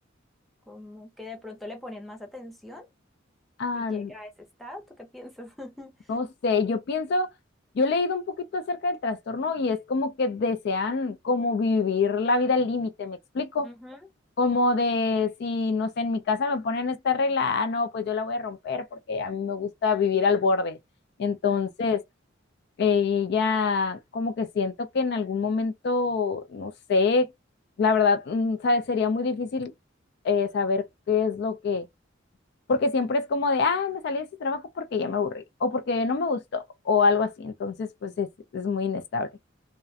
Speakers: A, in the centre; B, on the left (about 55°).
A: como que de pronto le ponen más atención
B: Ah,
A: si llega a ese estado. ¿Tú qué piensas? <laughs>
B: no sé, yo pienso, yo he leído un poquito acerca del trastorno y es como que desean como vivir la vida al límite, ¿me explico?
A: Ujú.
B: Como de si, no sé, en mi casa me ponen esta regla, ah, no, pues yo la voy a romper porque a mí me gusta vivir al borde. Entonces,
A: Ah,
B: Eh, ella, como que siento que en algún momento, no sé, la verdad, mm, ¿sabes? Sería muy difícil eh, saber qué es lo que, porque siempre es como de, ah, me salí de ese trabajo porque ya me aburrí, o porque no me gustó, o algo así, entonces, pues es, es muy inestable.